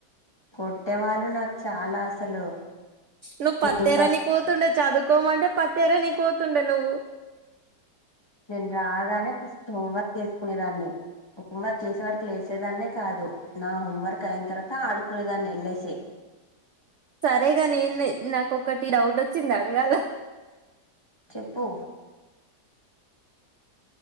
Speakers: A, on the left; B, on the right.
A: కొట్టేవాళ్ళు నాకు చాలా అసలు
B: నువ్వు పత్తి
A: నేను
B: ఎరనికి
A: ఫస్ట్
B: పోతుండే చదువుకోమంటే పత్తి ఎరనికి పోత్ డ నువ్వు
A: నేను రాగానే ఫస్ట్ హోంవర్క్ చేసుకునేదాన్ని హోంవర్క్ చేసే వరకు లేసేదాన్నే కాదు నా హోంవర్క్ అయిన తర్వాత ఆడుకునేదాన్ని వెళ్ళసి
B: సరేగా నేను నాకొక్కటి డౌట్ వచ్చింది అడగాల
A: చెప్పు